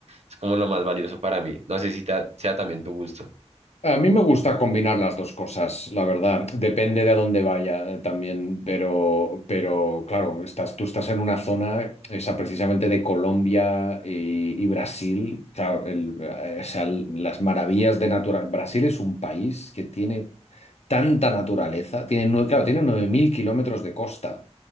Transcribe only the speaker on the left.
A mí me gusta combinar las dos cosas, la verdad. Depende de a dónde vaya eh, también, pero, pero claro, estás, tú estás en una zona, esa precisamente de Colombia y, y Brasil. Claro, el- eh, o sea, el- las maravillas de naturaleza. Brasil es un país que tiene tanta naturaleza, tiene, nue- claro, tiene 9.000 kilómetros de costa